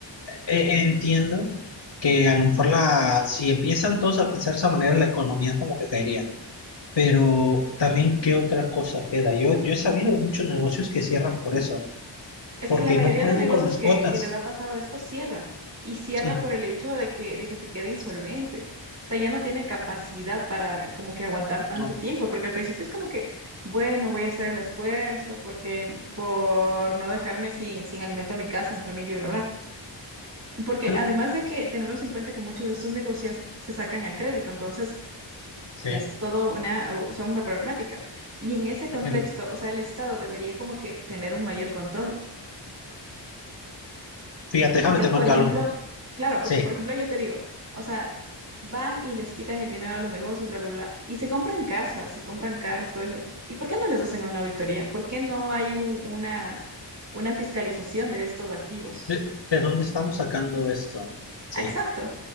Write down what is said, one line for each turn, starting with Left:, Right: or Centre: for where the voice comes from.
Left: e- entiendo que a lo mejor la, si empiezan todos a pensar de esa manera, la economía como que caería. Pero también, ¿qué otra cosa queda? Yo, yo he sabido muchos negocios que cierran por eso,
Right: Es
Left: porque
Right: que la mayoría
Left: no pueden
Right: de negocios
Left: con las
Right: que,
Left: cuotas.
Right: que les ha pasado esto cierra. Y cierra
Left: Sí,
Right: por el hecho de que, de que se quede insolvente. O sea, ya no tiene capacidad para como que aguantar tanto
Left: no.
Right: tiempo, porque al principio es como que, bueno, voy a hacer el esfuerzo porque por no dejarme sin, sin alimento a mi casa, a mi familia, y bla, bla. Porque
Left: Tr-
Right: además de que tenemos en cuenta que muchos de estos negocios se sacan a crédito, entonces
Left: Sí.
Right: Es
Left: es
Right: todo una, o sea, una problemática. Y en ese contexto,
Left: no.
Right: o sea, el Estado debería como que tener un mayor control.
Left: Fíjate, déjame
Right: Que,
Left: te
Right: por
Left: cuento
Right: ejemplo,
Left: algo.
Right: claro,
Left: Sí.
Right: porque, por ejemplo, yo te digo, o sea, van y les quitan el dinero a los negocios, bla, bla, bla, y se compran casas, se compran carros, todo eso. ¿Y por qué no les hacen una auditoría? ¿Por qué no hay un- una, una fiscalización de estos activos?
Left: ¿De, de dónde estamos sacando esto? Sí.
Right: Exacto.